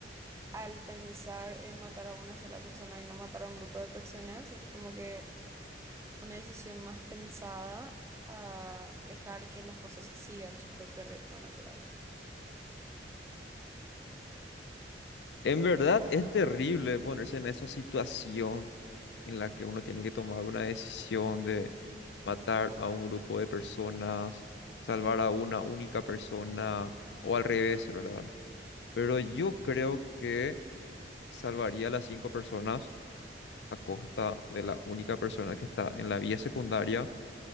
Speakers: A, on the right; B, on the left.
A: Al pensar en matar a una sola persona y no matar a un grupo de personas, es como que una decisión más pensada a dejar que las cosas sigan su propio ritmo natural. <laughs>
B: En verdad es terrible ponerse en esa situación en la que uno tiene que tomar una decisión de matar a un grupo de personas, salvar a una única persona o al revés, ¿verdad? Pero yo creo que salvaría a las cinco personas a costa de la única persona que está en la vía secundaria